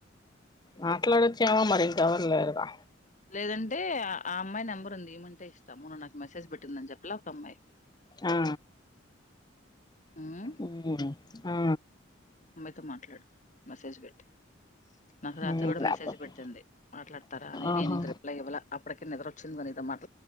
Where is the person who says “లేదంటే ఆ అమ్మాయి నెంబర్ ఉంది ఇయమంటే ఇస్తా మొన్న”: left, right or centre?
Left